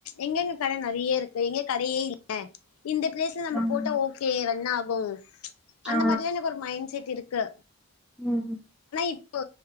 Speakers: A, on the left; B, in the centre.
A: எங்கெங்க கட நெறயருக்கு எங்க கடயே இல்ல இந்த பிளேஸ்ல நம்ப
B: ம்
A: போட்டா ஓகே ரன்னாக் ஓ அந்த
B: ஆ
A: மாரிலா எனக்கொரு மைண்ட் செட் டிருக்கு
B: ம்
A: இப்பு